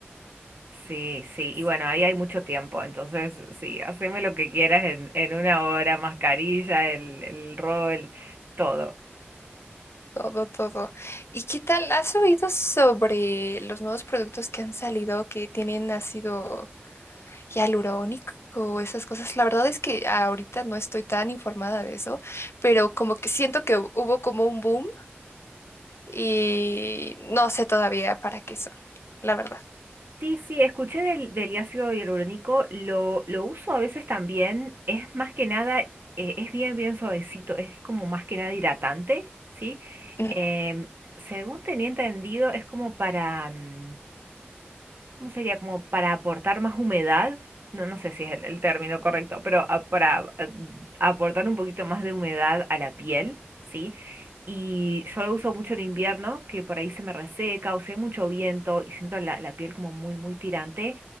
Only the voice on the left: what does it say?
Todo, todo. ¿Y qué tal? ¿Has oído sobre los nuevos productos que han salido que tienen ácido? Hialurónico, esas cosas. La verdad es que ahorita no estoy tan informada de eso, pero como que siento que hu- hubo como un boom y no sé todavía para qué son, la verdad.
Ujú.